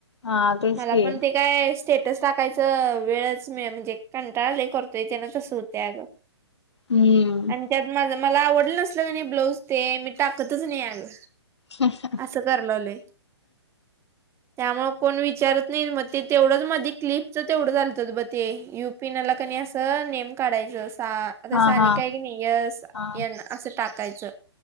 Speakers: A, on the left; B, on the right.
A: हा तेच
B: मला
A: की
B: पण ते काय स्टेटस टाकायचं वेळच म म्हणजे कंटाळले करतोय त्यान तसं होत त्याग
A: हम्म
B: त्यात माझ मला आवडलं नसल का नाही ब्लाऊज ते मी टाकतच नाही आग
A: ह
B: असं करयलग्लोय त्यामुळे कोण विचारत नाही मग ते तेवढंच मध्ये क्लिपच तेवढं झालत ब ते य पिण्याला कणी असं नेम काढायचं सा आता
A: हा
B: सानिका
A: हा
B: काय की नाही यस
A: हा
B: असं टाकायचं